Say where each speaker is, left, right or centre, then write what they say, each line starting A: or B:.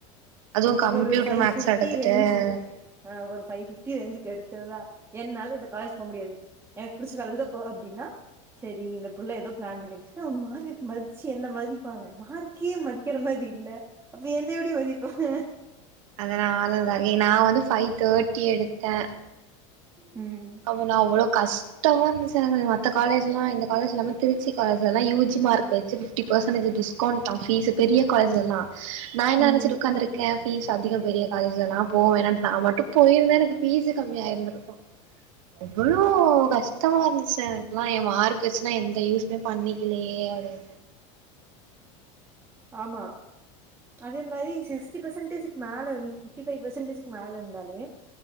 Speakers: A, on the right; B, on the right.
A: அதுவு computer
B: ஒரு five
A: max
B: fifty
A: எடுத்துட்டு
B: range ஆ ஒரு ஃபைவ் பிப்டி ரேஞ்சுக்கு எடுத்திருந்தா என்னால இந்த காலேஜ் போமுடியாது எனக்கு பிடிச்ச காலேஜ்க்குதா போவ அப்டின்னா சேரி இந்த புள்ள ஏதோ பிளான் பண்ணி வெச்சுருக்கே அவுங்க மார்க்கு மதிச்சு என்ன மதிப்பாங்க மார்க்கே மதிக்கிற மாரி இல்ல அப்ப என்ன எப்டி மதிப்பாங்க
A: அதனால நறிய் நா வந்து ஃபைவ் தேர்ட்டி எடுத்தே
B: ம்
A: அப்போ நா அவ்ளோ கஷ்டமா இருந்துச்சி எனக்கு மத்த காலேஜ்ல்லா இந்த காலேஜ் இல்லாம திருச்சி காலேஜ்லா யூஜி மார்க் வச்சு ஃபிப்டி பர்சன்டேஜ் டிஸ்கவுண்டா பீஸ் பெரிய காலேஜ்லலா நா என்ன
B: ம்
A: நெனச்சிட்டு உக்காந்துருக் ஏ ஃபீஸ் அதிகோ பெரிய காலேஜ்லலா போவேணான்ட்டு நா மட்டு போயிருந்த எனக்கு பீஸ் கம்மியாயிருந்திருக்கு எவ்ளோ கஸ் ட்டமா இருந்துச்சு எனக்கெல்லா எ மார்க் வச்சுன்னா எந்த யூஸ்மே பண்ணிக்கலையே அப்டின்
B: ஆமா அதே மாரி சிஸ்டி பர்சன்டேஜ்க் மேல இருந்து ஃபிப்டி ஃபைவ் பர்சன்டேஜுக்கு மேல இருந்தாலே